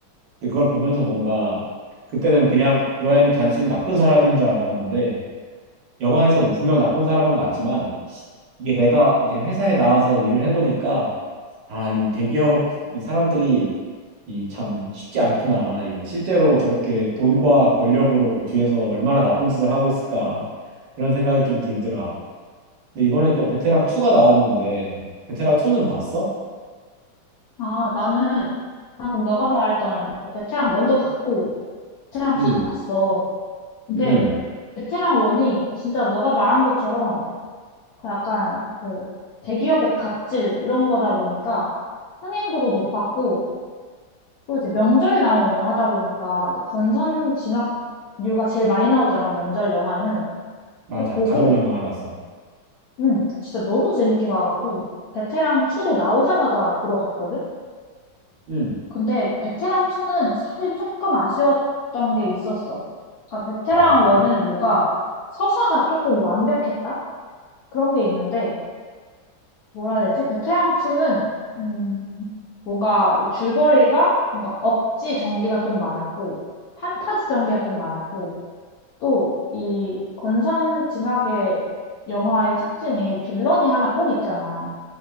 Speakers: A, on the right (about 70°); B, on the left (about 70°).
A: 근데 그걸 보면서 뭔가 그때는 그냥 유아인이 단순히 나쁜 사람인 줄 알았는데 영화에서 분명 나쁜 사람은 맞지만 이게 내가 이제 회사에 나와서 일을 해보니까 아, 이 대기업 이 사람들이 이 참 쉽지 않구나. 이 실제로 저렇게 돈과 권력으로 뒤에서 얼마나 나쁜 짓을 하고 있을까. 그런 생각이 좀 들더라. 근데 이번에 또 베테랑 2가 나왔는데, 베테랑 2는 봤어?
B: 아, 나는 방금 너가 말했던 그 베테랑 원도 봤고, 베테랑 2도
A: 응,
B: 봤어. 근데
A: 응.
B: 베테랑 1이 진짜 너가 말한 것처럼 그 약간 그 대기업의 갑질 이런 거다 보니까 흥행도도 높았고 또 이제 명절에 나온 영화다 보니까 이제 권선 징악류가 제일 많이 나오잖아 명절 영화는
A: 맞아.
B: 그 보고
A: 가족 영화라서.
B: 음 진짜 너무 재밌게 봐갖고 베테랑 2도 나오자마자 보러 갔거든
A: 응.
B: 근데 베테랑 2는 사실 조금 아쉬웠던 게 있었어. 그러니까 베테랑
A: 아, 그래?
B: 1은 뭔가 서사가 조금 완벽했다? 그런 게 있는데, 뭐라 해야 되지? 베테랑 2는, 음, 뭔가 이 줄거리가 뭔가 억지 전개가 좀 많았고, 판타지 전개가 좀 많았고, 또 이 권선징악의 영화의 특징이 빌런이 하나 꼭 있잖아.